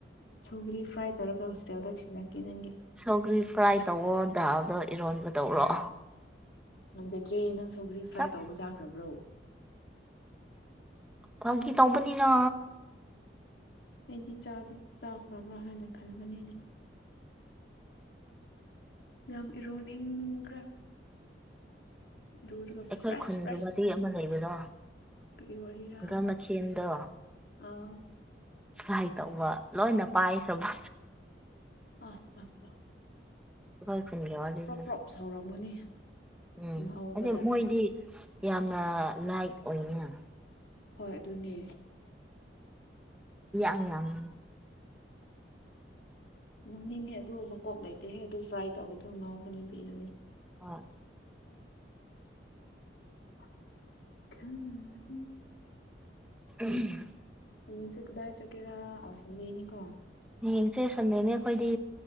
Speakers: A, on the left; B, in the centre.
A: ꯁꯣꯒꯔꯤ ꯐ꯭ꯔꯥꯏ ꯇꯧꯔꯒ ꯍꯣꯁꯇꯦꯜꯗ ꯊꯤꯜꯂꯛꯀꯦ ꯅꯪꯒꯤ
B: ꯁꯧꯒ꯭ꯔꯤ ꯐ꯭ꯔꯥꯏ ꯇꯧꯑꯣ ꯗꯥꯜꯗꯣ ꯏꯔꯣꯟꯕ ꯇꯧꯔꯣ
A: ꯉꯝꯖꯗ꯭ꯔꯦ ꯅꯪ ꯁꯧꯒ꯭ꯔꯤ ꯐ꯭ꯔꯥꯏ
B: ꯆꯞ
A: ꯇꯧꯕ ꯆꯥꯈ꯭ꯔꯕ꯭ꯔꯣ
B: ꯐꯥꯒꯤ ꯇꯧꯕꯅꯤꯅ
A: ꯑꯩꯗꯤ ꯆꯥꯗꯤ ꯆꯥꯈ꯭ꯔꯕ꯭ꯔꯥ ꯍꯥꯏꯅ ꯈꯟꯕꯅꯤꯅꯦ ꯌꯥꯝ ꯏꯔꯣꯗꯤꯡꯈ꯭ꯔꯦ ꯏꯔꯨꯔꯒꯥ
B: ꯑꯩꯈꯣꯏ
A: ꯐ꯭ꯔꯦꯁ
B: ꯈꯨꯟꯒꯤ
A: ꯐ꯭ꯔꯦꯁ
B: ꯋꯥꯔꯤ
A: ꯑꯣꯏꯔꯣ
B: ꯑꯃ ꯂꯩꯕꯗꯣ
A: ꯀꯔꯤ ꯋꯥꯔꯤꯔ
B: ꯒꯝ ꯃꯊꯦꯜꯗꯣ
A: ꯑꯥ
B: ꯐꯔꯥꯏ ꯇꯧꯕ ꯂꯣꯏꯅ ꯄꯥꯏꯈ꯭ꯔꯕ
A: ꯑ ꯑ
B: ꯑꯩꯈꯣꯏ ꯈꯨꯟꯒꯤ ꯋꯥꯔꯤꯗꯣ
A: ꯑ ꯁꯧꯔꯝꯒꯅꯤ
B: ꯎꯝ
A: ꯉꯥꯎꯕꯗ
B: ꯑꯗꯗꯤ ꯃꯣꯏꯗꯤ ꯌꯥꯝꯅ ꯂꯥꯏꯠ ꯑꯣꯏꯅ
A: ꯍꯣꯏ ꯑꯗꯨꯅꯦ
B: <unintelligible>
A: ꯉꯡꯅꯤꯡꯉꯦ ꯑꯗꯨ ꯃꯀꯣꯛ ꯂꯩꯇꯦꯍꯦ ꯑꯗꯨ ꯐ꯭ꯔꯥꯏ ꯇꯧꯕꯗ ꯉꯥꯎꯒꯅꯤ ꯄꯤꯔꯅꯦ
B: ꯑ
A: ꯍꯝ
B: ꯎꯝ
A: ꯍꯌꯦꯡꯁꯦ ꯀꯗꯥꯏ ꯆꯠꯀꯦꯔꯥ ꯑꯥꯎ ꯁꯟꯗꯅꯤꯀꯣ
B: ꯍꯌꯦꯡꯁꯦ ꯁꯟꯗꯦꯅꯦ ꯑꯩꯈꯣꯏꯗꯤ